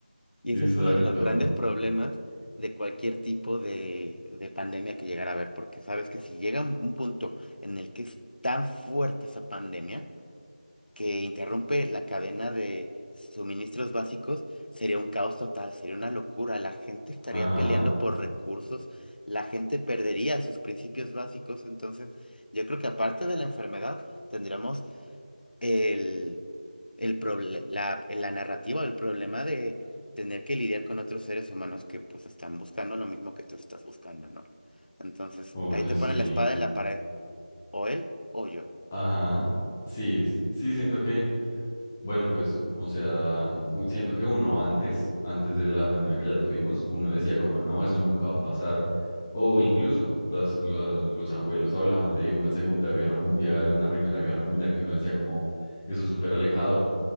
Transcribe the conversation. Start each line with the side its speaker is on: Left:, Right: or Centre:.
Left: Y
Centre: exacto,
Left: ese es uno de los grandes problemas de cualquier tipo de, de pandemia que llegara a haber, porque sabes que si llega un un punto en el que es tan fuerte esa pandemia, que interrumpe la cadena de suministros básicos, sería un caos total, sería una locura. La gente estaría
Centre: ajá,
Left: peleando por recursos, la gente perdería sus principios básicos. Entonces, yo creo que aparte de la enfermedad, tendríamos el, el proble- la, la narrativa, el problema de tener que lidiar con otros seres humanos que pues están buscando lo mismo que tú estás buscando, ¿no? Entonces,
Centre: oye,
Left: ahí te
Centre: sí,
Left: pones la espada en la pared, o él o yo.
Centre: ajá, sí, sí, siento que Bueno, pues, o sea, mm, u- siento que uno antes, antes de la pandemia que ya tuvimos, uno decía como, no, eso nunca va a pasar. O incluso las- la- los abuelos hablaban de una Segunda Guerra Mundial, una Primera Guerra Mundial, que uno decía como, eso es súper alejado.